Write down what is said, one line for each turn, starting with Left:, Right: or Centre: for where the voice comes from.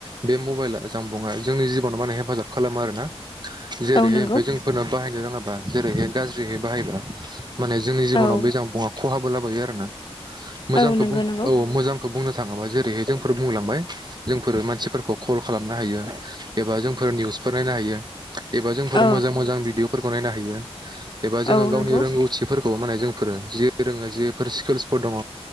Right: बे मबाइला जामबुंङा जोंनि जिबनाव माने हेफाजाब खालामो आरोना। जेरैहाय
Left: औ नंगौ
Right: ओमफाय जोंफोरना बाहायनो। माबा जेरैहाय गाज्रियै बाहायबा। <unintelligible> माने जोंनि जिबनाव
Left: औ
Right: बे जामबुंङा खहाबो लाबोयो आरो ना मोजांखौ
Left: औ नंगौ
Right: बुं
Left: नंगौ
Right: औ मोजां खौ बुंनो थाङोबा जेरैहाय जोंफोर बुंलांबाय जोंफोरो मानसिफोरखौ खल खालामनो हायो एबा जोंफोर निउसफोर नायनो हायो। एबा जोंफोर
Left: औ
Right: मोजां मोजां भिदिअ' फोरखौ नायनो हायो। एबा जों
Left: औ
Right: गावनि
Left: नंगौ
Right: रोंगौथिफोरखौ खौ माने जोंफोरो जि रोङो जिफोर स्किल्सफोर दङ।